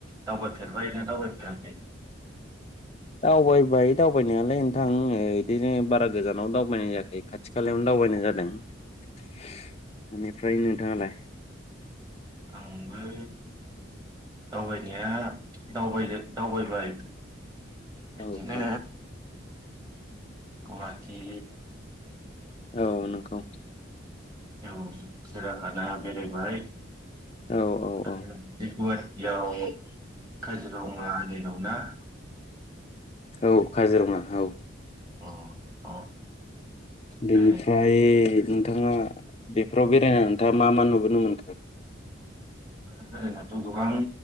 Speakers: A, on the right (about 20°); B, on the left (about 30°).
A: दावबायफेरबाय ना दावबायफेराखै
B: दावबाय दावबायनायालाय नोंथां ओ बिदिनो बारा गोजानाव दावबायनाय जायाखै खाथि खालायावनो दावबायनाय जादों बेनिफ्राय नोंथाङालाय
A: आंबो दावबायनाया दावगो दावबायबाय बेदिनो
B: औ औ
A: गुवाटि
B: औ नोंखौ
A: औ सिराखाना बेरायबाय
B: औ औ
A: आ <unintelligible>
B: औ
A: ज औ <inaudible> <unintelligible> काजिरङाै दं नना <inaudible> <unintelligible>
B: औ काजिरङा औ
A: अ अ बेरायबाय
B: बेनिफ्राय नोंथाङा बेफोराव बेरायनानै नोंथाङा मा मा नुबोनो मोनखो
A: <unintelligible> गोबां